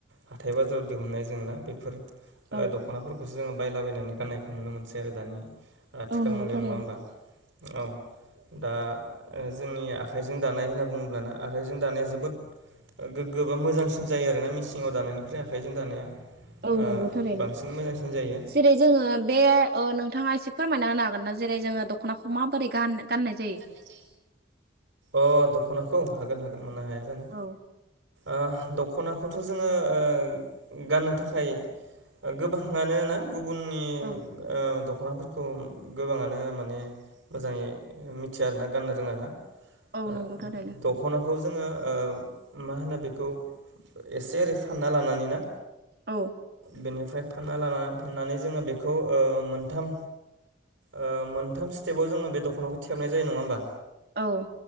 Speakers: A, on the right; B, on the right.
A: हाथाय बाजाराव दिहुननाय जों ना बेफोर। ओ
B: औ
A: दख'नाफोरखौसो जोङो बायलाबायायनानै गाननायखौ नुनो मोनसै आरो दानि आथिखाल
B: औ नंगौ
A: मुगायाव
B: थारैनो
A: नङा होमबा औ दा ओ जोंनि आखाइजों दानाय होनना बुङोब्लानो आखाइजों दानाया जोबोद गोग्गो बा मोजांसिन जायो आरो ना मेसिंआव दानायनिफ्राय आखाइजों दानाया।
B: औ
A: ओ
B: नंगौ थारैनो।
A: बांसिन मोजांसिन जायो
B: जेरै जोङो बे ओ नोंथाङा एसे फोरमायना होनो हागोन ना जेरै जोङो दख'नाखौ माबोरै गान गान नाय जायो
A: जै अ दख'नाखौ हागोन हागोन। मानो हाया जानो
B: औ
A: ओ दखनाखौथ' जोङो ओ गाननो थाखाय। गोबाङानो ना गुबुननि
B: औ
A: ओ दख दख'नाफोरखौ गोबाङानो माने मोजाङै मिथिया आरोना गाननो रोङाना।
B: औ
A: ओ
B: नंगौ थारैनो
A: दखना बेखौ जोङो मा होनो बेखौ एसे ओरै फानना लानानै ना
B: औ
A: बेनिफ्राय फानना लानानै फाननानै जोङो बेखौ ओ मोनथाम ओ मोनथाम स्टेपाव जोंङो बे दख'नाखौ थेबनाय जायो नङा होमबा?
B: औ